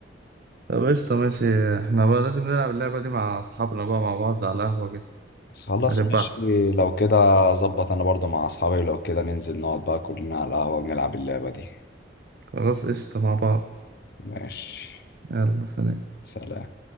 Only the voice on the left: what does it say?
خلاص
ماشي
لو كده ظبط انا برضو مع اصحابي لو كده ننزل نقعد بقى كلنا على القهوة ونلعب اللعبة دي
ماشي
سلام